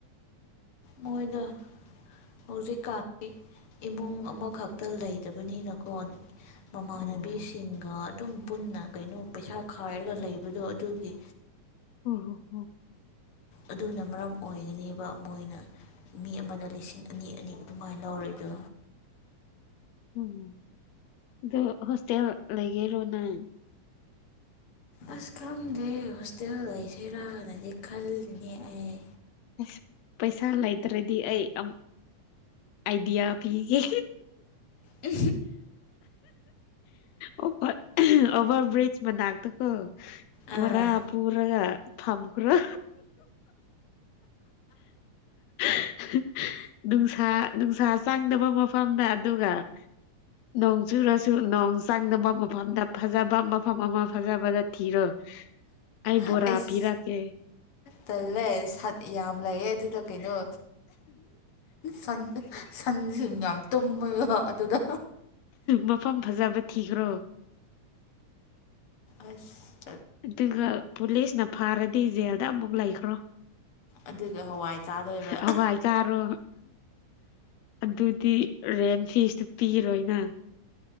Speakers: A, on the left; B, on the left.
A: ꯃꯣꯏꯗ ꯍꯧꯖꯤꯛꯀꯥꯟꯗꯤ ꯏꯃꯨꯡ ꯑꯃꯈꯛꯇ ꯂꯩꯇꯕꯅꯤꯅꯀꯣ ꯃꯃꯥꯟꯅꯕꯤꯁꯤꯡꯒ
B: ꯑꯣ
A: ꯑꯗꯨꯝ ꯄꯨꯟꯅ ꯀꯩꯅꯣ ꯄꯩꯁꯥ ꯈꯥꯏꯔꯒ ꯂꯩꯕ ꯗꯣ ꯑꯗꯨꯒꯤ
B: ꯑꯣ ꯍꯣ
A: ꯑꯗꯨꯅ ꯃꯔꯝ ꯑꯣꯏꯒꯅꯦꯕ ꯃꯣꯏꯅ ꯃꯤ ꯑꯃꯗ ꯂꯤꯁꯤꯡ ꯑꯅꯤ ꯑꯅꯤ ꯑꯗꯨꯃꯥꯏꯅ ꯂꯧꯔꯏꯗꯣ
B: ꯑꯣ ꯑꯗꯣ ꯍꯣꯁꯇꯦꯜ ꯂꯩꯒꯦꯔꯣꯅꯪ <unintelligible>
A: ꯑꯁ ꯈꯪꯗꯦ ꯍꯣꯁꯇꯦꯜ ꯂꯩꯁꯤꯔꯥꯅꯗꯤ ꯈꯜꯂꯤꯅꯤ ꯑꯩ
B: ꯑꯁ ꯄꯩꯁꯥ ꯂꯩꯇ꯭ꯔꯗꯤ ꯑꯩ ꯑꯥꯏꯗꯤꯌꯥ ꯄꯤꯒꯦ
A: ꯎ
B: ꯑꯣꯚ ꯑꯣꯚꯔꯕ꯭ꯔꯤꯖ ꯃꯅꯥꯗ ꯀꯣ ꯕꯣꯔꯥ
A: ꯑꯥ
B: ꯄꯨꯔꯥ ꯐꯝ ꯀꯒ꯭ꯔꯥ <unintelligible> ꯅꯨꯡꯁꯥ ꯅꯨꯡꯁꯥ ꯆꯪꯗꯕ ꯃꯐꯝꯗ ꯑꯗꯨꯒ ꯅꯣꯡ ꯆꯨꯔꯁꯨ ꯅꯣꯡ ꯆꯪꯗꯕ ꯃꯐꯝꯗ ꯐꯖꯕ ꯃꯐꯝ ꯑꯃ ꯐꯖꯕꯗ ꯊꯤꯔꯣꯏ ꯑꯩ ꯕꯣꯔꯥ
A: ꯑꯩꯁ
B: ꯄꯤꯔꯛꯀꯦ
A: ꯇꯜꯂꯦ ꯁꯟ ꯌꯥꯝ ꯂꯩꯌꯦ ꯑꯗꯨꯗ ꯀꯩꯅꯣ ꯁꯟ ꯁꯟꯁꯤꯡ ꯌꯥꯝ ꯇꯨꯝꯕ ꯑꯣꯏ ꯍꯣ ꯑꯗꯨꯗ
B: ꯃꯐꯝ ꯐꯖꯕ ꯊꯤꯈ꯭ꯔꯣ
A: ꯑꯥꯁ
B: ꯑꯗꯨꯒ ꯄꯨꯂꯤꯁꯅ ꯐꯥꯔꯗꯤ ꯖꯦꯜꯗ ꯑꯃꯨꯛ ꯂꯩꯈ꯭ꯔꯣ
A: ꯑꯗꯨꯒ ꯍꯋꯥꯏ ꯆꯥꯗꯣꯏꯕ
B: ꯍꯋꯥꯏ ꯆꯥꯔꯣ ꯑꯗꯨꯗꯤ ꯔꯦꯟ ꯐꯤꯤꯁꯇꯨ ꯄꯤꯔꯣꯣꯏꯅ